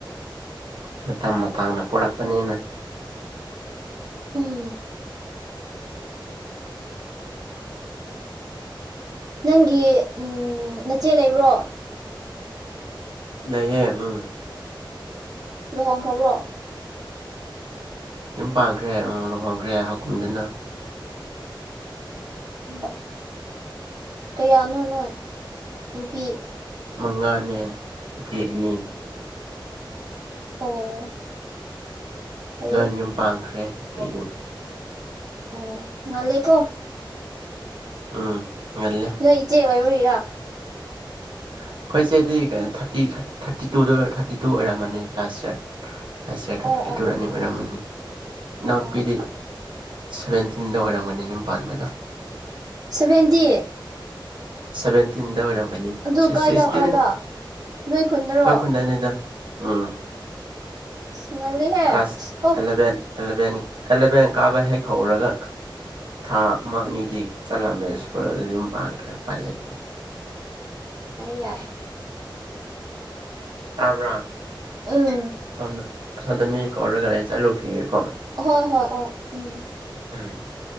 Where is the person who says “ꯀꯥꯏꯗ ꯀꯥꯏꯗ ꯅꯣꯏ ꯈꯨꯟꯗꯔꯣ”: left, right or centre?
Right